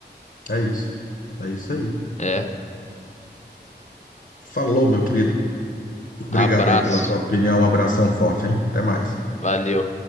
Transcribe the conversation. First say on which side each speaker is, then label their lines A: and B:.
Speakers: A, on the left; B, on the left.
A: é isso. É isso aí.
B: É,
A: Falou, meu querido. Obrigado
B: abraço,
A: aí pela sua opinião. Um abração forte, hein? Até mais.
B: valeu.